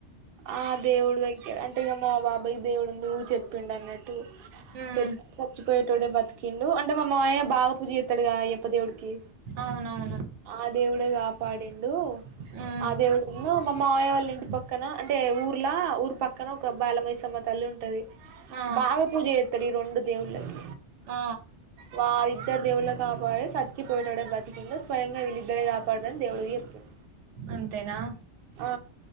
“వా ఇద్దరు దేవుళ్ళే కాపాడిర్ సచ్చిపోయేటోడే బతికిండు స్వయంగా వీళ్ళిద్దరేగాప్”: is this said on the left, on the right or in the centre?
Right